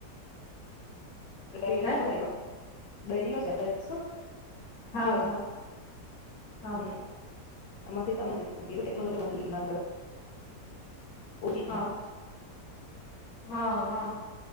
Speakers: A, on the left; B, on the left.
A: કરીને
B: હે
A: કેધું ત લો દરિયો છે
B: શું હા
A: દરિયો છે
B: હા હા.
A: હમ એમાંથી તમે કે ટેકનોલોજીન કરો. ઓછી
B: હા
A: છે
B: હા હા.